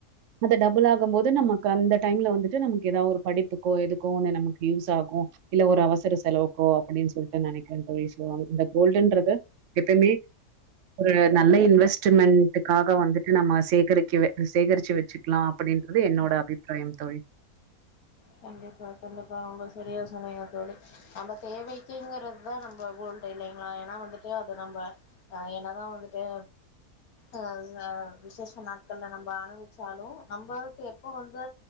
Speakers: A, on the right; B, on the left.
A: அத டபுள் ஆகும்போது நமக்கு அந்த டைம்ல வந்துட்டு நமக்கு எதா ஒரு படிப்புக்கோ எதுக்கோ ஒண்ணு நமக்கு யூஸ் ஆகு இல்ல ஒரு அவசர செலவுக்கோ அப்டினு சொல்லிட்டு நெனைக்கிறே தோழி சோ அ இந்த கோல்டுன்றது எப்பமே ஒரு நல்ல இன்வெஸ்ட்மெண்ட்க்காக வந்துட்டு நம்ம சே கரிக்கவே அத சேகரிச்சு வச்சுக்கலா அப்டின்றது என்னோட அவிப்ராயம் தோழி
B: கண்டிப்பா கண்டிப்பா ரொம்ப செரியா சொன்னீங்க தோழி நம்ம தேவைக்குங்கறதுதா நம்ப கோல்டு இல்லைங்ளா ஏன்னா வந்துட்டு அது நம்ப அ என்னதா வந்துட்டு அ து அ விசேஷ நாட்கள்ல நம்ப அனுவிச்சாலு நம்பளுக்கு எப்போ வந்து